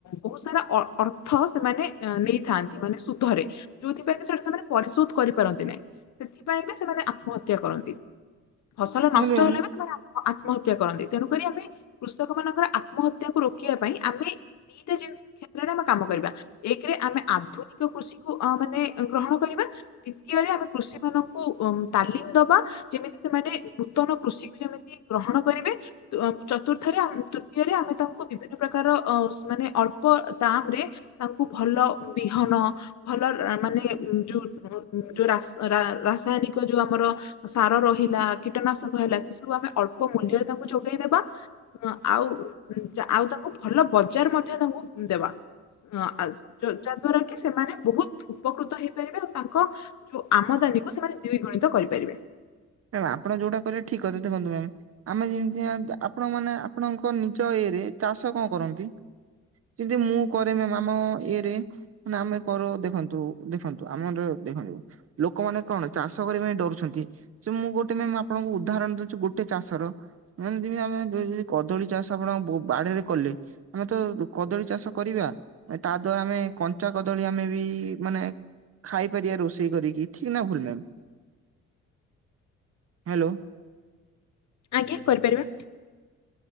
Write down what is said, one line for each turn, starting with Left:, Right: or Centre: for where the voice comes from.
Left: ବହୁତ୍ ସାରା ଅ ଅର୍ଥ ସେମାନେ ନେଇଥାନ୍ତି ମାନେ ସୁଧରେ। ଯୋଉଥିପାଇଁ କି ସେଇଟା ସେମାନେ ପରିଶୋଧ କରିପାରନ୍ତି ନାହିଁ। ପାଇଁ ବି ସେମାନେ ଆତ୍ମହତ୍ୟା କରନ୍ତି, ଫସଲ
Right: କହିଲି
Left: ନଷ୍ଟ ହେଲେ ବି ସେମାନେ ଆତ୍ମହତ୍ୟା କରନ୍ତି, ତେଣୁକରି ଆମେ କୃଷକ ମାନଙ୍କର ଆତ୍ମହତ୍ୟାକୁ ରୋକିବା ପାଇଁ ଆମେ ଦିଟା ଜିନି କ୍ଷେତ୍ରରେ ଆମେ କାମ କରିବା। ଏକରେ ଆମେ ଆଧୁନିକ କୃଷିକୁ ମାନେ ଗ୍ରହଣ କରିବା, ଦ୍ଵିତୀୟରେ ଆମେ କୃଷି ମାନ ଙ୍କୁ ତାଲିମ ଦବା ଯେମିତି ସେମାନେ ନୂତନ କୃଷି କୁ ଯେମିତି ଗ୍ରହଣ କରିବେ। ଚତୁର୍ଥରେ, ତୃତୀୟରେ ଆମେ ତାଙ୍କୁ ବିଭିନ୍ନ ପ୍ରକାର ମାନେ ଅଳ୍ପ ଦାମ୍ ରେ ତାଙ୍କୁ ଭଲ ବିହନ ଭଲ ମାନେ ଯୋଉ-ଯୋଉ ରାସ୍ ରାସାୟନିକ ଯୋଉ ଆମର ସାର ରହିଲା କୀଟନାଶକ ହେଲା ସେ ସବୁ ଆମେ ଅଳ୍ପ ମୂଲ୍ୟରେ ତାଙ୍କୁ ଯୋଗେଇଦେବା। ଆଉ-ଆଉ ତାଙ୍କୁ ଭଲ ବଜାର୍ ମଧ୍ୟ ତାଙ୍କୁ ଦେବା। ଅ ଯାହା ଦ୍ଵାରା କି ସେମାନେ ବହୁତ୍ ଉପକୃତ ହେଇପାରିବେ, ଆଉ ତାଙ୍କ ଯୋଉ ଆମଦାନୀକୁ ସେମାନେ ଦ୍ୱିଗୁଣିତ କରିପାରିବେ।
Right: ମ୍ୟାମ୍ ଆପଣ ଯୋଉଟା କହିଲେ ଠିକ୍ କଥା, ଦେଖନ୍ତୁ ମ୍ୟାମ୍ ଆମେ ଯେମିତି ଆପଣ ମାନେ ଆପଣଙ୍କ ନିଜ ଇଏରେ ଚାଷ କଣ କରନ୍ତି। ଜେନ୍ତି ମୁଁ କରେ ମ୍ୟାମ୍ ଇଏରେ। ମାନ ଆମେ କରଉ ଦେଖନ୍ତୁ-ଦେଖନ୍ତୁ ଆମର ଦେଖନ୍ତୁ ଲୋକମାନେ କଣ ଚାଷ କରିବା ପାଇଁ ଡରୁଛନ୍ତି। ଯେ ମୁଁ ଗୋଟେ ମ୍ୟାମ୍ ଆପଣଙ୍କୁ ଉଦାହରଣ ଦଉଛିୁ ଗୋଟେ ଚାଷର। ମାନେ ଯେମିତି ଆମେ <unintelligible> କଦଳୀ ଚାଷ ଆପଣଙ୍କ ବୁ ବାଡ଼ିରେ କଲେ। ଆମେ ତ ଡୁ କଦଳୀ ଚାଷ କରିବା। ତା ଦ୍ୱାରା ଆମେ କଞ୍ଚା କଦଳୀ ଆମେ ବି ମାନେ ଖାଇପାରିବା ରୋଷେଇ କରିକି ଠିକ ନା ଭୁଲ ମାମ ହ୍ୟାଲୋ
Left: ଆଜ୍ଞା କରିପାରିବା।